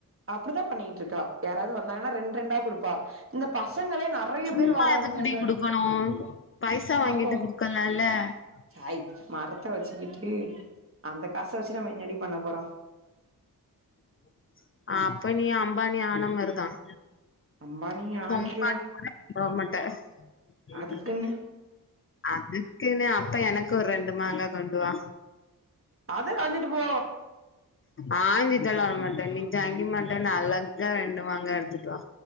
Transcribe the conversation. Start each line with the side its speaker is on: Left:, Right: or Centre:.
Right: அப்டிதா பண்ணிட்ருக்கா யாராவது வந்தாங்கன்னா ரெண்ட் ரெண்டா கொடுப். பா இந்த பசங்களே நறய
Left: சும்மா
Right: பேர் வர்றானுங்கக
Left: எதுக்குடி குடுக்கணு பைசா
Right: பாபோம்.
Left: <inaudible>
Right: சாய் மரத்த வச்சுக்கிட்டு அந்த காச வச்சு நம என்னாடி பண்ண போறோம்.
Left: <inaudible> அப்ப நீ அம்பானி ஆனமருதான்
Right: அம்பானி.
Left: <inaudible>
Right: ஆயிக்கலா அதுக்குன்னு
Left: அதுக்குன்னு அப்ப எனக்கு ஒரு ரெண்டு மாங்கா கொண்டுவா.
Right: அத ஆஞ்சுட்டு போ.
Left: ஆஞ்ச்சுட்டுலா வரமாட்டேன் நீ சங்கி மாட்ட அழக்கா ரெண்டு மாங்கா எடுத்துட்டு வா